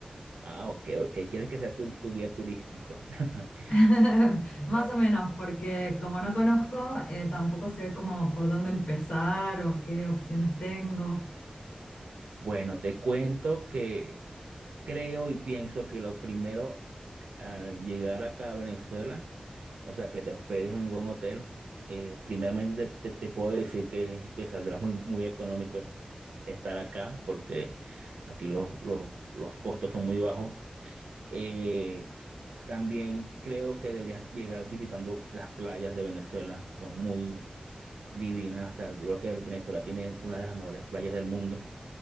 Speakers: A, on the right; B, on the left.
A: Ah, ok, ok. ¿Quieres que sea tu, tu guía turístico? <laughs>
B: <laughs> Más
A: Bueno,
B: o menos, porque como no conozco, eh, tampoco sé cómo por dónde empezar o qué opciones tengo.
A: Bueno, te cuento que creo y pienso que lo primero al llegar acá a Venezuela, o sea, que te hospedes en un buen hotel, eh, primeramente te, te- te puedo decir que te saldrá muy, muy económico estar acá porque aquí los, los, los costos son muy bajos. Eh, También creo que deberías llegar visitando las playas de Venezuela, son muy divinas. O sea, yo creo que Venezuela tiene una de las mejores playas del mundo.